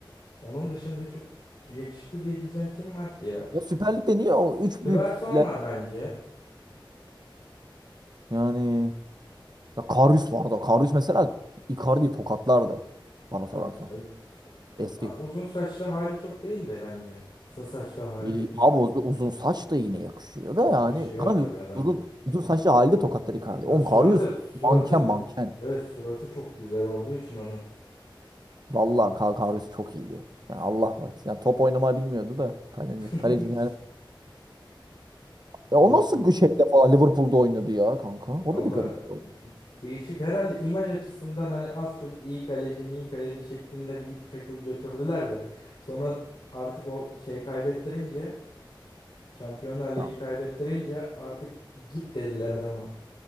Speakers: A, on the left; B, on the right.
A: Onun dışında çok yakışıklı diyebileceğin kim var ki ya?
B: Ya Süper Lig'de niye o üç büyükle
A: Svensson var bence.
B: yani ya Karius vardı. Karius mesela Icardi'yi tokatlardı bana
A: Karius.
B: sorarsan.
A: E,
B: Eski.
A: a- Uzun saçlı hali çok değil de bence. Kısa saçlı hali
B: İyi, Abi uz- uzun saç da yine yakışıyor da
A: yakışıyor
B: yani. Kanka
A: tabii adama.
B: uzun, uzun saçlı halde tokatlar Icardi.
A: Abi
B: Oğlum
A: suratı
B: Karius
A: suratı
B: manken
A: bir
B: manken.
A: evet suratı çok güzel olduğu için onun.
B: Vallahi Ka- Karius çok iyiydi. Yani Allah var. Yani top oynamayı bilmiyordu da kaleci.
A: <laughs>
B: Kaleci yani. Ya
A: Liverpool
B: o nasıl şeyde falan Liverpool'da oynadı ya kanka. O
A: valla
B: da bir garip bir olay.
A: değişik herhalde imaj açısından hani az çok iyi kaleci mi iyi kaleci şeklinde bir git çakıl götürdüler de sonra artık o şey kaybettirince Şampiyonlar Ligi
B: Ha,
A: kaybettirince artık git dediler adama.